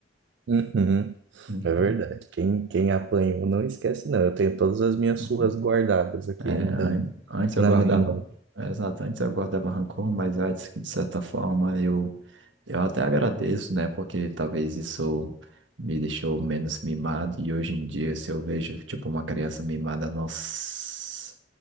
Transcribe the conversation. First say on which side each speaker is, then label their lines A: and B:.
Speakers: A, on the right; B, on the right.
A: Uhum,
B: Uhum,
A: é verdade. Quem, quem apanhou não esquece, não. Eu tenho todas as minhas
B: uhum.
A: surras guardadas aqui
B: É, an-
A: ainda
B: antes eu
A: na,
B: guardava,
A: na memória.
B: é, exato, antes eu guardava rancor, mas antes que de certa forma eu, eu até agradeço, né? Porque talvez isso me deixou menos mimado e hoje em dia se eu vejo tipo uma criança mimada, nossa,